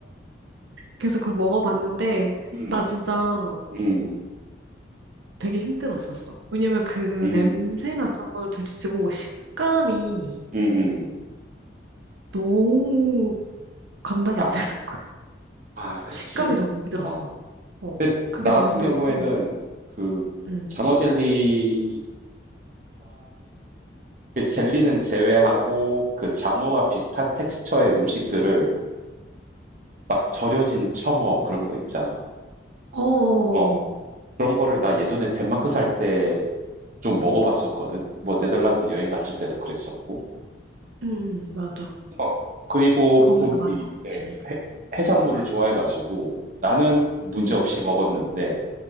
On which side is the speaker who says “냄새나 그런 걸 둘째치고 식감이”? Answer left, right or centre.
Right